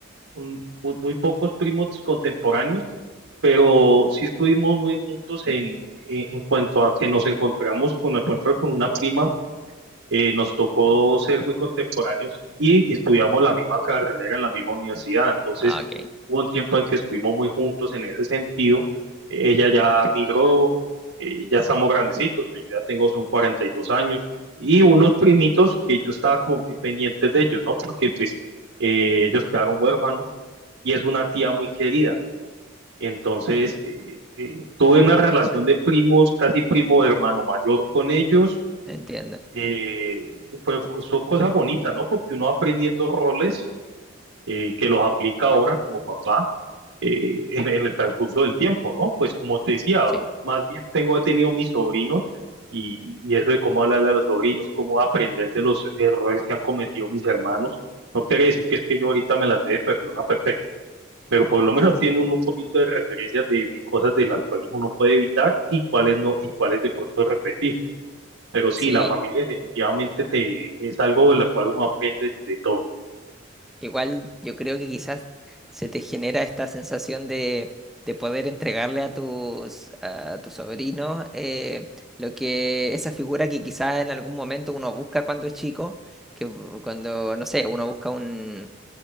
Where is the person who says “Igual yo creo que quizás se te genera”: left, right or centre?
Centre